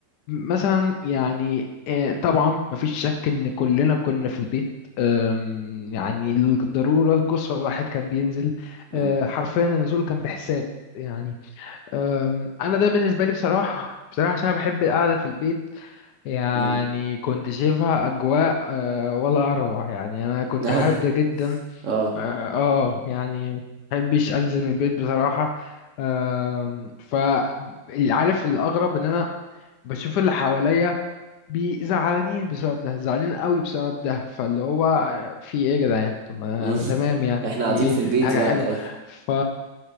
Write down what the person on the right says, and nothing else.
امم
امم
<laughs> ايوه
اه
امم
<laughs>
احنا
قاعدين
في البيت
يعني
ايوه